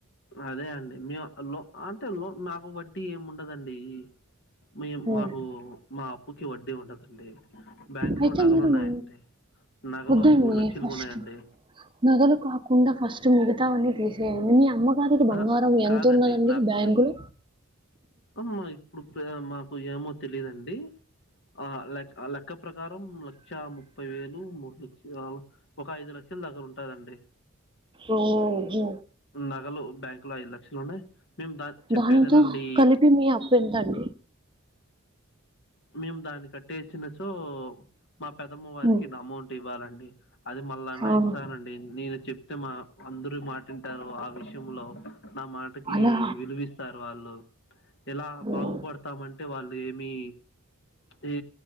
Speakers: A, on the left; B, on the right.
A: అదే అండి మీ లో అంటే లో నాకు వడ్డీ ఏమి ఉండదండి మీ
B: హ్మ్.
A: మాకు మా అప్పుకి వడ్డీ ఉండదండి బ్యాంకు
B: అయితే
A: లో నగలు
B: మీరు
A: ఉన్నాయండి
B: మ
A: నగలు
B: వద్దండి
A: ఒక మూడు లక్షలకు
B: ఫస్ట్
A: ఉన్నాయండి
B: నగలు కాకుండా ఫస్ట్ మిగతావన్నీ తీసేయండి మీ అమ్మ గారికి బంగారం
A: ఆ కాదండి
B: ఎంత ఉన్నదాని
A: నాకు
B: బ్యాంకులు
A: అమ్మా ఇప్పుడు మాకు ఏమో తెలిదండి ఆ లె లెక్క ప్రకారం లక్ష ముప్పై వేలు మూడు లక్ష ఒక ఐదు లక్షల దగ్గర ఉంటదండి
B: ఉమ్ హు
A: నగలు బ్యాంకు లో ఐదు లక్షలు ఉన్నాయి మేము దా చెప్పేది
B: దానితో
A: వినండి
B: కలిపి మీ అప్పు ఎంతండి
A: మేము దాన్ని కట్టేసిన సో మా పెదమ్మ వారికి
B: ఉమ్,
A: ఇది అమౌంట్ ఇవ్వాలండి అది మళ్ళన్నా
B: అవును
A: ఇస్తానండి నేను చెప్తే మా అందరూ మాటింటారు ఆ విషయంలో నా మాట మాటకి
B: అలా
A: విలువిస్తారు వాళ్ళు ఎలా
B: ఉమ్,
A: బాగుపడతామంటే వాళ్ళు ఏమి ఈ